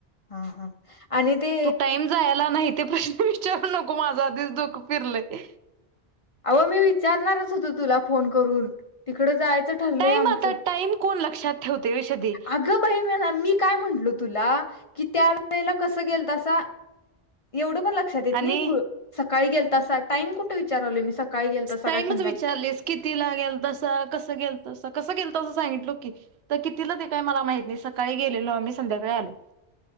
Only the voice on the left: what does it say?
हा हा आणि ते
अवं मी विचारणारच होत तुला फोन करून तिकड जायचं ठरलंय
आमचं
अग बहीण मी काय म्हटलो तुला की त्या वळेला कस गेलतासा एवढ पण लक्षात येत
सकाळी गेल तसा टाइम कुठे विचारवले मी सकाळी गेलतासा
काय संध्याकाळ